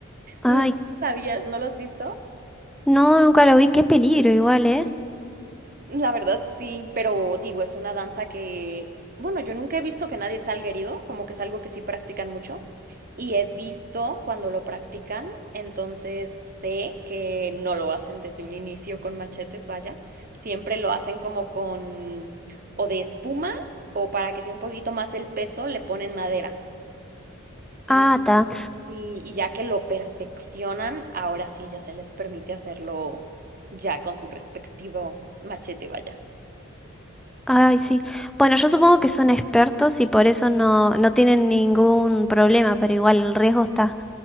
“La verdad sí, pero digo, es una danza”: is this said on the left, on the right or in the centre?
Right